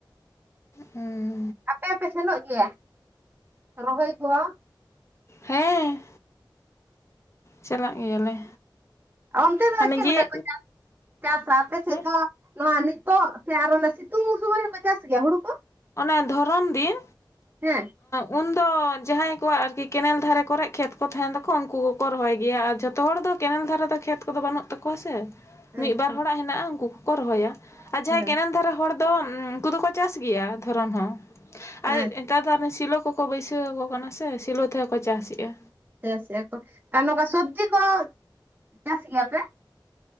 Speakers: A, on the left (about 35°); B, on the right (about 25°).
A: ᱦᱩᱸ
B: ᱟᱯᱮ ᱦᱚᱸᱯᱮ ᱥᱮᱱᱚᱜ ᱜᱮᱭᱟ ᱨᱚᱦᱚᱭ ᱠᱚᱣᱟ
A: ᱦᱮᱸ ᱪᱟᱞᱟᱜ ᱜᱮᱭᱟᱞᱮ
B: ᱚᱱᱛᱮ ᱫᱚ
A: ᱦᱟᱱᱮ
B: ᱪᱮᱫ
A: ᱡᱮ
B: ᱞᱮᱠᱟ ᱠᱚ ᱪᱟᱥ ᱪᱟᱥᱟ ᱟᱯᱮ ᱥᱮᱫ
A: ᱦᱮᱸ
B: ᱫᱚ ᱱᱚᱣᱟ ᱱᱤᱛᱚᱜ ᱥᱮ ᱟᱨᱚ ᱚᱱᱟ ᱥᱤᱛᱩᱝ ᱥᱩᱢᱚᱭ ᱦᱚᱠᱚ ᱪᱟᱥ ᱜᱮᱭᱟ ᱦᱩᱲᱩ ᱠᱚ
A: ᱚᱱᱮ ᱫᱷᱚᱨᱚᱱ ᱫᱤᱱ
B: ᱦᱮᱸ?
A: ᱩᱱ ᱫᱚ ᱡᱟᱦᱟᱸᱭ ᱠᱚᱣᱟᱜ ᱟᱨᱠᱤ ᱠᱮᱱᱮᱞ ᱫᱷᱟᱨᱮ ᱠᱚᱨᱮ ᱠᱷᱮᱛ ᱠᱚ ᱛᱟᱦᱮᱱ ᱛᱟᱠᱚ ᱩᱱᱠᱩ ᱠᱚᱠᱚ ᱨᱚᱦᱚᱭ ᱜᱮᱭᱟ ᱟᱨ ᱡᱷᱚᱛᱚ ᱦᱚᱲ ᱫᱚ ᱠᱮᱱᱮᱞ ᱫᱷᱟᱨᱮ ᱫᱚ ᱠᱷᱮᱛ ᱠᱚᱫᱚ ᱵᱟᱹᱱᱩᱜ ᱛᱟᱠᱚᱣᱟ ᱥᱮ
B: ᱟᱪᱪᱷᱟ
A: ᱢᱤᱫ ᱵᱟᱨ ᱦᱚᱲᱟᱜ ᱦᱮᱱᱟᱜᱼᱟ ᱩᱱᱠᱩ ᱠᱚᱠᱚ ᱨᱚᱦᱚᱭᱟ ᱟᱨ ᱡᱟᱦᱟᱸᱭ
B: ᱦᱮᱸ
A: ᱠᱮᱱᱮᱞ ᱫᱷᱟᱨᱮ ᱦᱚᱲ ᱫᱚ ᱩᱱᱠᱩ ᱫᱚᱠᱚ ᱪᱟᱥ ᱜᱮᱭᱟ ᱫᱷᱚᱨᱚᱱ ᱦᱚᱸ
B: ᱦᱮᱸ
A: ᱟᱨ ᱱᱮᱛᱟᱨ ᱫᱚ ᱟᱱᱮ ᱥᱤᱞᱚ ᱠᱚᱠᱚ ᱵᱟᱹᱭᱥᱟᱹ ᱟᱠᱚ ᱠᱟᱱᱟ ᱥᱮ ᱥᱤᱞᱚ ᱛᱮᱦᱚᱸ ᱠᱚ ᱪᱟᱥ ᱮᱼᱟ
B: ᱪᱟᱥ ᱮᱜᱼᱟ ᱠᱚ ᱟᱨ ᱱᱚᱝᱠᱟ ᱥᱚᱵᱡᱤ ᱠᱚ ᱪᱟᱥ ᱜᱮᱭᱟ ᱯᱮ